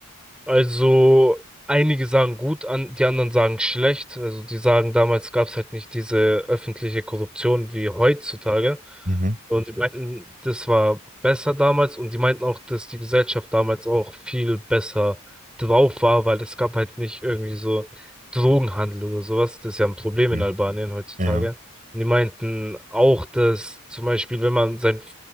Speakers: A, in the centre; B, on the right (about 40°).
A: Also einige sagen gut an, die anderen sagen schlecht. Also die sagen, damals gab es halt nicht diese öffentliche Korruption wie heutzutage.
B: Mhm.
A: Und die meinten, das war besser damals und die meinten auch, dass die Gesellschaft damals auch viel besser drauf war, weil es gab halt nicht irgendwie so Drogenhandel oder sowas. Das ist ja ein Problem
B: Mhm.
A: in Albanien heutzutage.
B: Ja.
A: Und die meinten auch, dass zum Beispiel, wenn man sein